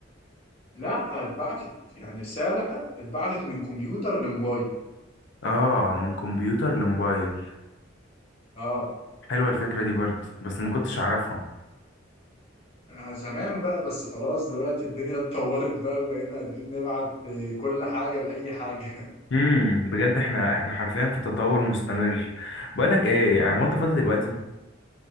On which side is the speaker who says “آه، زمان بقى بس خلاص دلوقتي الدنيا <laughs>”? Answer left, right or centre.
Left